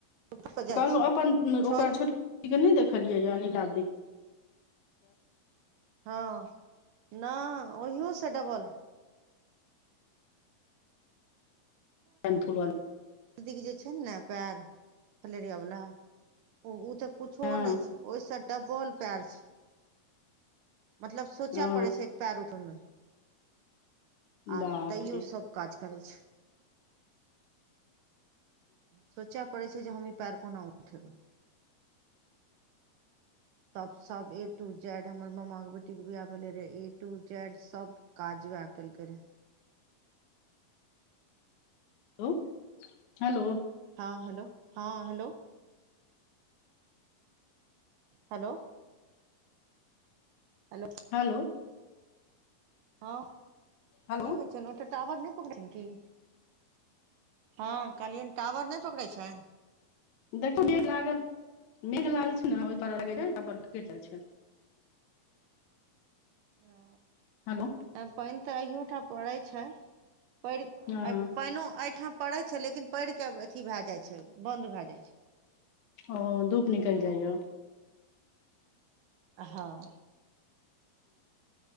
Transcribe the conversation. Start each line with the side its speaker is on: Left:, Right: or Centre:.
Right: ऊपर पर जाइ
Left: कहलहुँ
Right: छियै
Left: अपन
Right: छत
Left: ओकरा छोट छोटीके नहि देखलियैए अनिलादि
Right: हँ नहि ओहिसँ डबल
Left: पे फुल
Right: सर्दी जे छै ने पैर फलेरिया वाला ओ त कुछो
Left: हँ
Right: नहि छै ओहि से डबल पयर छै मतलब सोचय
Left: ओ
Right: पड़े छै एक पयर उठैं मे आ
Left: बाप
Right: तैयो
Left: रे
Right: सब काज करैत छै सोचय पड़ैत छै जे हम ई पएर कोना उठेबै तब सब ए टू जेड हमर मामा के बेटी बेटी के बियाह भेले रहे ए टू जेड सब काज वहे केलकै रहे
Left: हेलो हेलो
Right: हँ हेलो हँ हेलो हलो हेलो
Left: हालो
Right: हँ कि
Left: हेलो
Right: होय छनि ओतऽ टावर नहि पकड़ैय छनि की हँ कहलियनि टावर नहि पकड़ै छनि
Left: देखियौ मेघ लागल मेघ लागल छै ने ओहि दुआरे टाबर कटि जाय छनि
Right: ओ
Left: हेलो
Right: नहि पानि तऽ आयो ठाम पड़ैत छै पड़ि
Left: हँ
Right: पानिओ एहिठाम पड़ै छै लेकिन पड़ि कऽ अथी भए जाय छै बंद भए जाइ छै
Left: ओ धूप निकलि जाय
Right: हँ